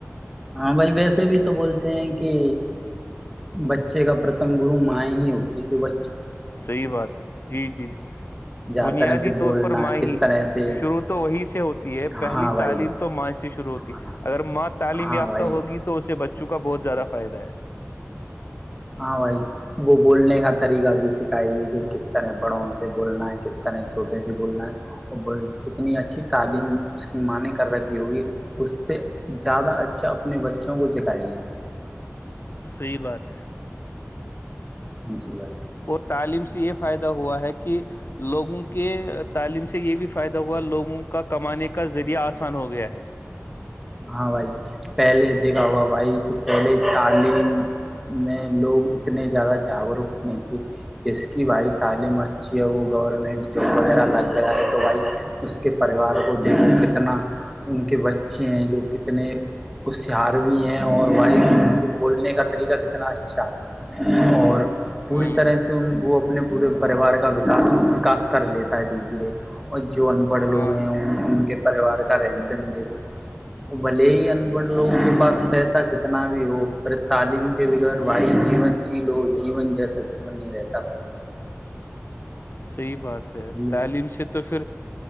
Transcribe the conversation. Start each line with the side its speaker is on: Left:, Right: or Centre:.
Centre: ہاں بھائی ویسے بھی تو بولتے ہیں کہ بچے کا پرتم گرو مائ ہی ہوتی جو ب
Left: صحیح بات ہے جی جی جی
Centre: زیادہ
Left: بنیادی
Centre: طرح سے
Left: طور
Centre: بولنا
Left: پر ماں ہی
Centre: کس طرح سے
Left: شروع تو وہی سے ہوتی ہے
Centre: ہاں
Left: پہلی
Centre: بھائی
Left: تعلیم تو ماہ سے شروع ہوتی
Centre: ہاں
Left: ہے اگر ماں ت
Centre: ہاں
Left: م یافتہ
Centre: بھائی
Left: ہوگی تو اسے بچوں کو کا بہت زیادہ فائدہ ہے
Centre: ہاں بھائی وہ بولنے کا طریقہ بھی سکھائے گی کہ کس طرح بڑوں سے بولنا ہے کس طرح چھوٹوں سے بولنا ہے اور بول جتنی اچھی تعلیم اس کی معنی کر رکھی ہوگی اس سے زیادہ اچھا اپنے بچوں کو سکھائے گی
Left: صحی بات ہے
Centre: ہاں جی بھائی
Left: اور تعلیم سے یہ فائدہ ہوا ہے کہ کہ لوگوں کے تعلیم سے یہ بھی فائدہ ہوا لوگوں کا کمانے کا ذریعہ آسان ہو گیا ہے
Centre: ہاں بھائی پہلے دیکھا ہوگا بھائی کہ پہلے تعلیم میں لوگ اتنے زیادہ جاگروک نہیں تھے جس کی بھائی تعلیم اچھی ہے وہ گورنمنٹ جاب وغیرہ لگ گیا ہے تو بھائی اس کے پریوار کو دیکھو کتنا ان کے بچے ا جو کتنے ہوشاروی ہیں اور و کو بولنے کا طریقہ کتنا اچھا ہے اور پوری
Left: ہوں
Centre: طرح سے ان وہ اپنے پورے پریوار کااس وکاس کر لیتا ہے درے دھیرے اور جو ان پڑھ لوگ
Left: ہاں
Centre: ہیں ان ان کے پریوار کا رہن سن دےھو بھلے ہی ان پڑھ لوگوں کے پاس پیسہ کتنا بھی ہو پھر تعلیم کے بغیر بھائی جیون جی لو جیون جیسا جیون نہیں رہتا بھائی
Left: صحیح بات ہے
Centre: جیون
Left: تعلیم سے تو پھر